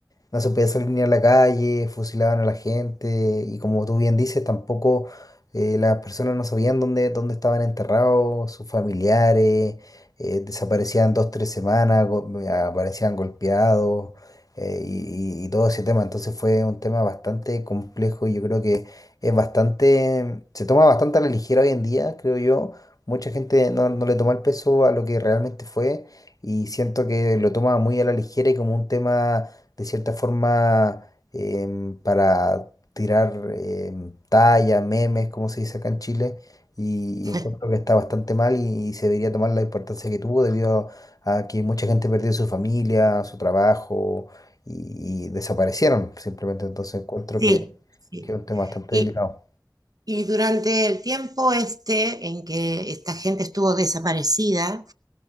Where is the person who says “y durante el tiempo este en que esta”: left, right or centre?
Right